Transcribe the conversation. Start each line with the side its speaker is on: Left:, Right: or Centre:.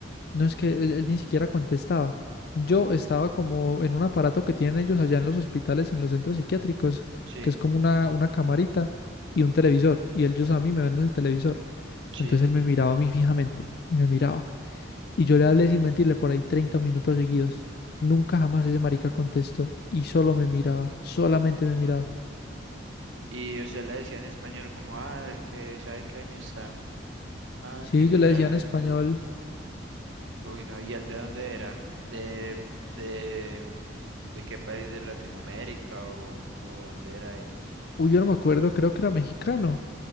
Left: No es que él, él ni siquiera contestaba. Yo
Right: Uy,
Left: estaba como en un aparato que tienen ellos allá en los hospitales y en los centros psiquiátricos,
Right: sí,
Left: que es como una, una camarita y un televisor. Y ellos a mí me ven en el televisor.
Right: sí.
Left: Entonces él me miraba a mí fijamente y me miraba. Y yo le hablé sin mentirle por ahí 30 minutos seguidos. Nunca jamás ese marica contestó y solo me miraba, solamente me miraba.
Right: Y usted le decía en español como, ah, que saben qué año está. Ah,
Left: Sí,
Right: que sí
Left: yo le
Right: sabe.
Left: decía en español,
Right: Uy, no, ¿y él de dónde era? ¿De, de, de qué país de Latinoamérica o, o de dónde era él?
Left: uy, yo no me acuerdo, creo que era mexicano.